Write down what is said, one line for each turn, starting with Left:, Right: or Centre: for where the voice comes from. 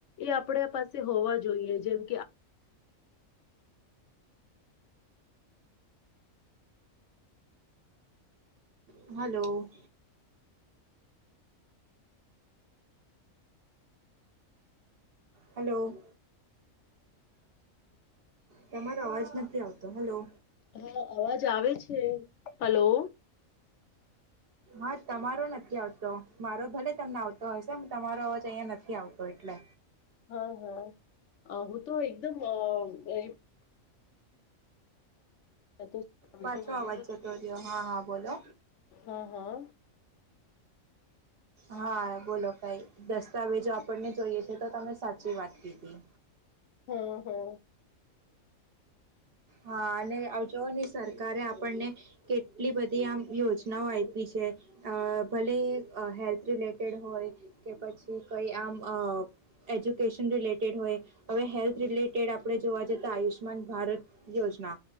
Left: એ આપડા પાસે હોવા જોઈએ જેમ કે આ
Right: હલો. હલો. તમારો અવાજ નથી આવતો. હેલો.
Left: હા અવાજ આવે છે. હલો.
Right: હા, તમારો નથી આવતો. મારો ભલે તમને આવતો હશે તમારો અવાજ અહિયાં નથી આવતો એટલે
Left: હા, હા અહ હું તો એકદમ અહ અઈ એમ તો આમ
Right: પાછો
Left: તો મને
Right: અવાજ
Left: તો
Right: જતો રહ્યો. હા, હા બોલો.
Left: હા હા
Right: હા બોલો કાઈ દસ્તાવેજો આપણને જોઈએ છે તો તમે સાચી વાત કીધી.
Left: હો, હો.
Right: હા અને આવ જવ ને સરકારે આપણને કેટલી બધી આમ યોજનાઓ આઇપી છ છે. અહ ભલે અહ હેલ રિલેટેડ હોય કે પછી કંઈ આમ અહ એજ્યુકેશન રિલેટેડ હોય. હવે હેલ્થ રિલેટેડ આપણે જોવા જતાં આયુષ્યમાન ભારત યોજના.